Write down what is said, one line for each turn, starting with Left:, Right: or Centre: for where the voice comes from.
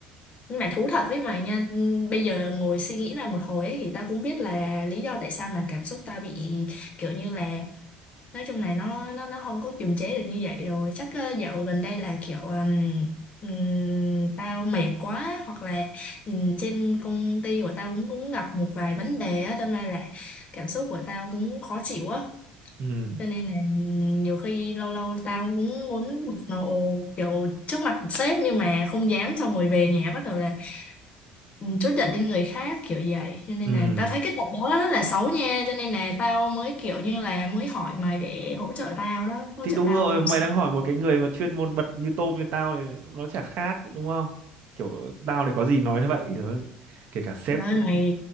Left: nhưng mà thú thật với mày nha ừ, bây giờ ngồi suy nghĩ lại một hồi ấy, thì tao cũng biết là lý do tại sao mà cảm xúc tao bị kiểu như là nói chung này nó nó nó không có kiềm chế được như vậy rồi chắc ờ, dạo gần đây là kiểu ừm, ừm, tao mệt quá hoặc là ừm, trên công ty của tao cũng cũng gặp một vài vấn đề á đâm ra là cảm xúc của tao cũng khó chịu á
Right: ừ
Left: cho nên là ừ, nhiều khi lâu lâu tao cũng muốn một nầu kiểu trước mặt sếp nhưng mà không dám xong rồi về nhà bắt đầu là ừ, trút giận lên người khác kiểu vậy cho nên
Right: ừ
Left: là tao thấy cái tập đó rất là xấu nha cho nên là tao mới kiểu như là mới hỏi mày để hỗ trợ tao đó hỗ
Right: thì
Left: trợ
Right: đúng
Left: tao
Right: rồi
Left: làm
Right: mày
Left: sao
Right: đang hỏi một cái người mà chuyên môn bật như tôm như tao thì nó chả khác đúng không kiểu tao thì có gì nói vậy nó kể cả sếp
Left: Trời ơi,
Right: cũng
Left: mày